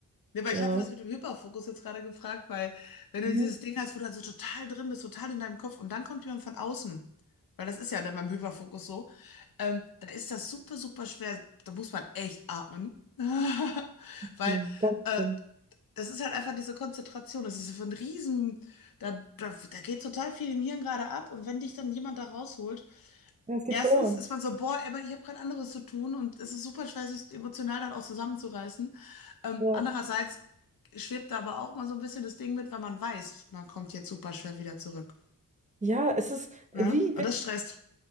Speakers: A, on the left (about 80°); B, on the right (about 20°).
A: Ne, weil
B: Ja.
A: ich hatte das mit dem Hyperfokus jetzt gerade gefragt, weil wenn du
B: Mhm.
A: dieses Ding hast, wo du dann so total drin bist, total in deinem Kopf und dann kommt jemand von außen, weil das ist ja dann beim Hyperfokus so, ähm, da ist das super, super schwer, da muss man echt atmen, <laughs> weil
B: Schlimm, Ganz
A: äh,
B: schlimm.
A: das ist halt einfach diese Konzentration, das ist so ein Riesen, da, da, da geht total viel im Hirn gerade ab und wenn dich dann jemand da rausholt,
B: Ja, es geht
A: erstens
B: verloren.
A: ist man so, boah, aber ich habe gerade anderes zu tun und es ist super schwer, sich emotional dann auch zusammenzureißen. Ähm,
B: Ja.
A: andererseits schwebt da aber auch mal so ein bisschen das Ding mit, weil man weiß, man kommt jetzt super schwer wieder zurück.
B: Ja, es ist
A: Ne?
B: wie.
A: Und das stresst.